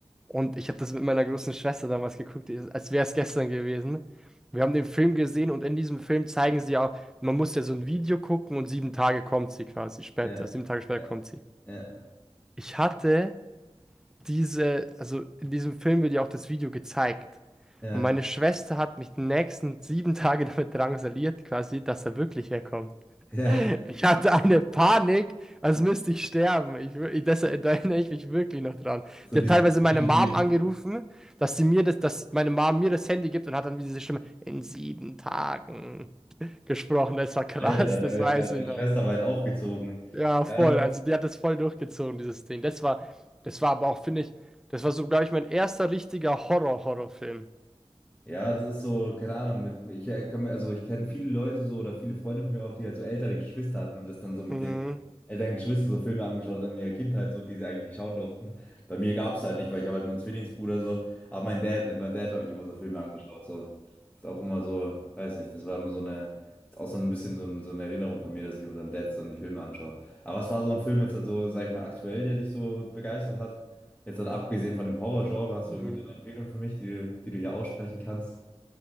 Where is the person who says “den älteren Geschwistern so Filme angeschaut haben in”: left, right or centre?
Left